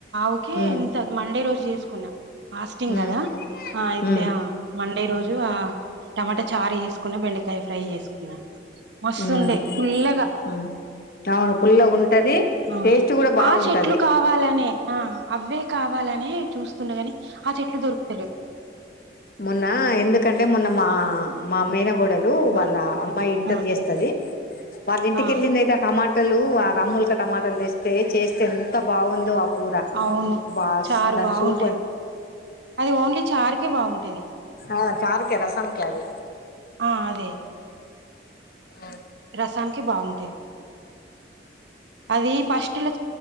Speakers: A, on the right; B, on the left.
A: ఓకే
B: ఉమ్
A: ఎంత మండే రోజు చేసుకున్నా ఫాస్టింగ్
B: ఉమ్
A: కదా ఆ అయితే
B: ఉమ్
A: మండే రోజు ఆ టమాట చారు చేసుకున్నా బెండకాయ ఫ్రై చేసుకున్నా మస్తుండే
B: ఉమ్
A: పుల్లగా
B: ఉమ్ అవును పుల్లగా ఉంటది
A: ఆ
B: టేస్ట్ కూడా బాగుంటది
A: ఆ చెట్లు కావాలనే ఆ అవే కావాలని చూస్తుండగాని ఆ చెట్లు దొరుకుతలే
B: మొన్న ఎందుకంటే మొన్న మా
A: ఆ
B: మా మేనా కోడా వాళ్ళ
A: ఆ
B: అమ్మాయి ఇంటర్
A: ఆ
B: చేస్తుది వాళ్ళ ఇంటికెళ్ళి
A: ఆ
B: అయితే టమాటా ట్టలు ఆ రాముూలక టమాటలు తీస్తే చేస్తే ఎంత బాగుందో కురా
A: అవును
B: బాస్
A: చారు
B: దాని
A: బాగుంటది
B: సూప
A: అది ఓన్లీ చారుకే బాగుంటది
B: ఆ చారుకి రసముకే అది
A: ఆ అదే
B: ఆ
A: రసానికి బాగుంటది అది పస్టులో